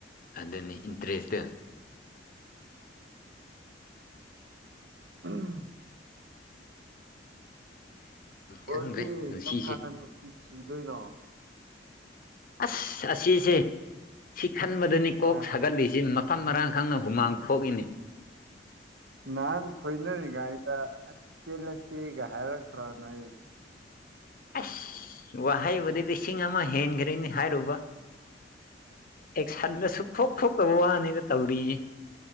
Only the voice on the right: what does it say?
ꯎꯝ ꯎ
ꯑꯣꯗꯤ
ꯀꯔꯝ ꯀꯥꯟꯅ ꯅꯨꯡ ꯁꯤꯗꯣꯏꯅꯣ
ꯑ
ꯅꯍꯥꯟ ꯈꯣꯏꯅꯔꯤꯉꯥꯏꯗ ꯑꯁ ꯆꯦꯜꯂꯁꯦꯒ ꯍꯥꯏꯔꯛꯇ꯭ꯔꯣ ꯅ